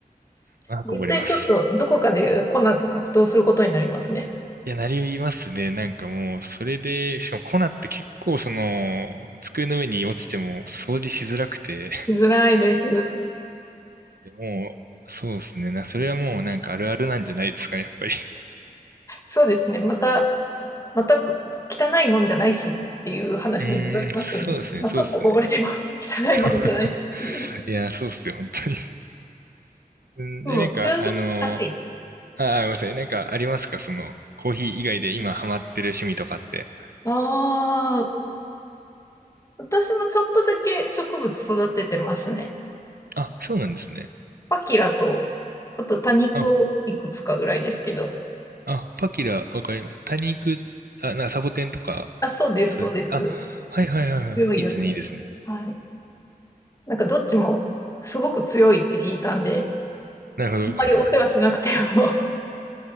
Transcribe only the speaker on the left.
絶対ちょっとどこかでコナンと格闘することになりますね。
辛いです。
そうですね。また、また汚いもんじゃないしっていう話に戻りますよね。
まあ、
ちょっとこぼれても <laughs> 汚いものじゃないしっていう。
うん。
中国あはい。
ああ、私もちょっとだけ植物育ててますね。
パキラと、あと多肉をいくつかぐらいですけど。
あ、そうです、
そうです。
強いやつ。
はい。なんかどっちもすごく強いって聞いたんで、
あんまりお世話しなくても